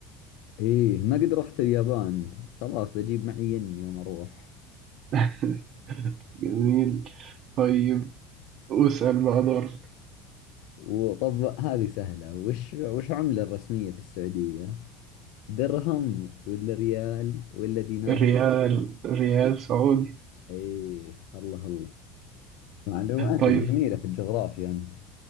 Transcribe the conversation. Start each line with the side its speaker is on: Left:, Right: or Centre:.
Left: إيه ما قد رحت اليابان خلاص بجيب معي ين يوم أروح
Right: <laughs> جميل طيب واسأل بقى دورك
Left: وطب هذه سهلة وش وش عملة الرسمية في السعودية؟ درهم ولا ريال ولا دينار
Right: ريال
Left: كويتي؟
Right: ريال سعودي
Left: ايه الله الله معلوماتك
Right: طيب
Left: جميلة في الجغرافيا انت